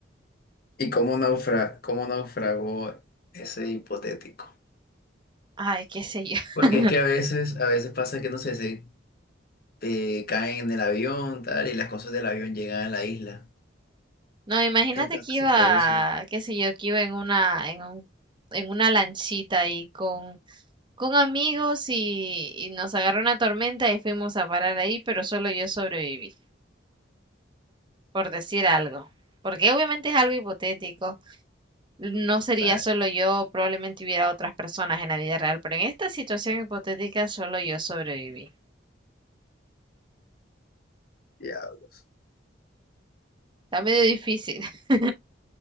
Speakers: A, on the left (about 50°); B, on the right (about 25°).
A: ¿Y cómo naufra, cómo naufragó ese hipotético?
B: Ay, qué sé yo.
A: Porque
B: <laughs>
A: es que a veces, a veces pasa que no sé, se eh, caen en el avión, tal, y las cosas del avión llegan a la isla.
B: No, imagínate
A: Entonces
B: que iba,
A: se puede usar
B: qué sé yo, que iba en una, en un, en una lanchita ahí con con amigos y, y nos agarró una tormenta y fuimos a parar ahí, pero solo yo sobreviví, por decir algo. Porque obviamente es algo hipotético. No sería
A: para
B: solo yo, probablemente hubiera otras personas en la vida real, pero en esta situación hipotética solo yo sobreviví.
A: diablos.
B: Está medio difícil <laughs>